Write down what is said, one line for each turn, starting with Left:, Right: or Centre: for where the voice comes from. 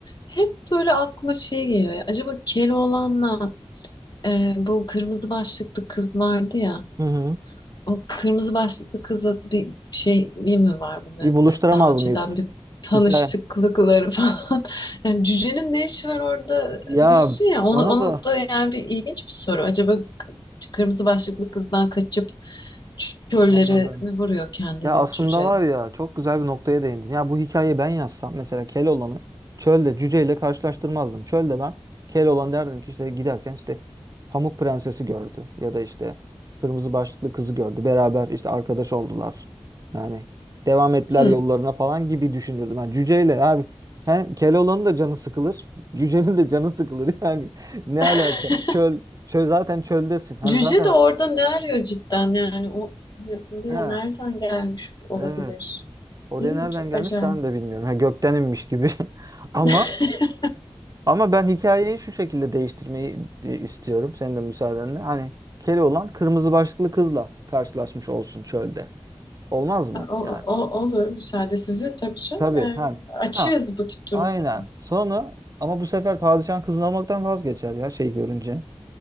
Left: hep böyle aklıma şey geliyor. ya, Acaba Keloğlan'la Ee, bu kırmızı başlıklı kız vardı ya.
Right: Hı hı.
Left: O kırmızı başlıklı kızla bir şey iyi mi var bunların?
Right: Bir buluşturamaz
Left: Hani daha önceden
Right: mıyız?
Left: bir tanıştıklıkları
Right: Hikaye.
Left: <laughs> falan. Yani cücenin ne işi var orada
Right: Ya
Left: diyorsun ya. Onu,
Right: bana
Left: onu
Right: da
Left: da yani bir ilginç bir soru. Acaba k- kırmızı başlıklı kızdan kaçıp çöllere
Right: anladım.
Left: mi vuruyor kendini
Right: Ya aslında
Left: cüce?
Right: var ya çok güzel bir noktaya değindin. Ya bu hikayeyi ben yazsam mesela Keloğlan'ı çölde cüceyle karşılaştırmazdım. Çölde ben Keloğlan derdim ki işte giderken işte Pamuk Prensesi gördü ya da işte kırmızı başlıklı kızı gördü. Beraber işte arkadaş oldular. Yani devam ettiler
Left: Hmm.
Right: yollarına falan gibi düşünürdüm. Yani cüceyle abi hem Keloğlan'ın da canı sıkılır. <laughs> Cücenin de canı sıkılır. <laughs> Yani ne
Left: <laughs>
Right: alaka? Çöl, çöl zaten çöldesin. Hani
Left: Cüce
Right: zaten
Left: de orada ne arıyor cidden yani o hani oraya
Right: ha
Left: nereden gelmiş olabilir?
Right: evet. Oraya
Left: Değil mi?
Right: nereden
Left: Çok
Right: gelmiş
Left: acayip.
Right: ben de bilmiyorum. Ha, gökten inmiş gibi. <laughs> Ama
Left: <laughs>
Right: ama ben hikayeyi şu şekilde değiştirmeyi e, istiyorum. Senin de müsaadenle. Hani Keloğlan kırmızı başlıklı kızla karşılaşmış olsun çölde. Olmaz mı?
Left: O,
Right: Yani
Left: o- olur müsaade sizin tabii canım.
Right: tabii.
Left: Yani
Right: Ha,
Left: açığız
Right: ha
Left: bu tip durumlara.
Right: aynen. Sonra ama bu sefer padişahın kızını almaktan vazgeçer ya şey görünce.